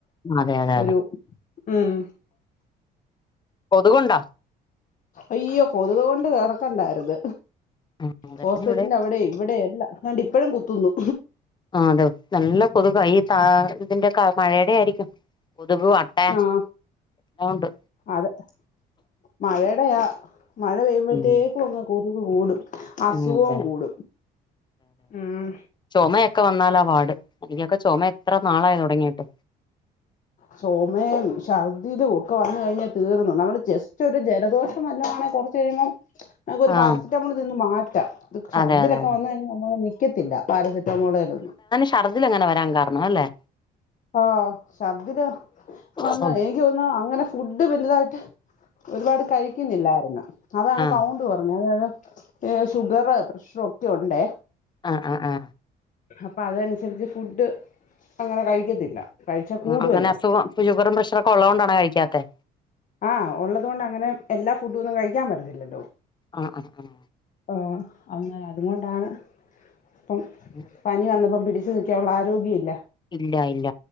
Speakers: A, on the left (about 25°); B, on the left (about 50°).
A: അതെ അതെ അതെ
B: ഒരു ഉം
A: കൊതുകുണ്ടോ
B: അയ്യോ കൊതുകു കൊണ്ട് കടക്കണ്ടായിരുത്
A: ഉം അതെ
B: ഹോസ്പിറ്റലിന്റെ
A: ഇവിടെ
B: അവിടെ ഇവിടെ എല്ലാം താണ്ടി ഇപ്പഴും കുത്തുന്നു
A: ആ അതെ നല്ല കൊതുക ഈ ത ഇതിന്റെ മഴയുടെ ആയിരിക്കും കൊതുക് എല്ലാം
B: ആ
A: ഉണ്ട്
B: അതെ മഴടെയാ മഴ പെയ്യുമ്പഴത്തേക്കും
A: ഉം
B: അങ്ങ് കൊതുക് കൂടും അസുഖം
A: ഉം അതെ
B: കൂടും ഉം
A: ചോമയൊക്കെ വന്നാലാ പാട് എനിക്കൊക്കെ ചുമ എത്ര നാളായി തൊടങ്ങീട്ട്
B: ചൊമയും ശർദ്ദിലും ഒക്കെ വന്ന് കഴിഞ്ഞാൽ തീർന്നു നമ്മള് ജെസ്റ്റ് ഒരു ജലദോഷം വല്ലോ ആണങ്കിൽ കൊറച്ച് കഴുമ്പോ നമുക്ക് ഒരു
A: ആഹ്
B: പാരസറ്റാമോൾ തിന്ന് മാറ്റാം ഇത് ശർദ്ദിലോക്കെ
A: അതെ അതെ അതെ
B: വന്നു കഴിഞ്ഞാ നമ്മൾ <unintelligible> നിക്കത്തില്ല പാരസറ്റാമോളെലൊന്നും
A: ചർദ്ദിൽ അങ്ങനെ വരാൻ കാരണം അല്ലേ
B: ആഹ ശർദ്ദില് വന്ന്
A: ആഹ്
B: എനിക്ക് തോന്നുന്നു അങ്ങനെ ഫുഡ് വലുതായിട്ട് ഒരുപാട് കഴിക്കുന്നില്ലായിരുന്നു അതാണ്
A: ആഹ്
B: കൗണ്ട് കൊറഞ്ഞത്അതായത് ഏ ഷുഗർ പ്രഷറ് ഒക്കെ ഉണ്ടേ
A: ആഹ്‌ ആഹ്‌ ആഹ്
B: അപ്പോ അതനുസരിച്ച് ഫുഡ് അങ്ങനെ കഴിക്കത്തില്ല കഴിച്ചാ
A: ആ
B: കൂടുവല്ലോ
A: അങ്ങനെ അസുഖം ഷുഗറും പ്രഷറൊക്കെ ഒള്ളോണ്ടാണോ കഴിക്കാത്തെ
B: ആ ഉള്ളതുകൊണ്ട് അങ്ങനെ എല്ലാ ഫുഡും ഒന്നും കഴിക്കാൻ പറ്റത്തില്ലല്ലോ
A: ആഹ്‌ ആഹ്‌ ആഹ്‌
B: ആഹ്‌ അങ്ങനെ അതുകൊണ്ടാണ് ഇപ്പം
A: <unintelligible>
B: പനി വന്നപ്പോം പിടിച്ചു നിൽകാനു ള്ള ആരോഗ്യം ഇല്ല
A: ഇല്ല ഇല്ല